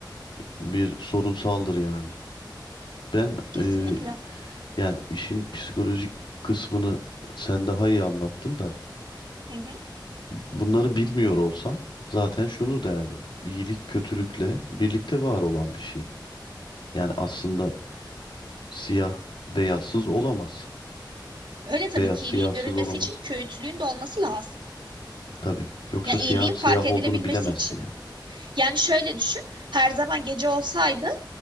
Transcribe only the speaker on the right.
Kesinlikle.
Hı hı.
Öyle tabii
ki
iyiliğin görülmesi
için köyütlüğün de olması lazım.
Ya iyiliğin
fark edilebilmesi
için.
Yani şöyle düşün, her zaman gece olsaydı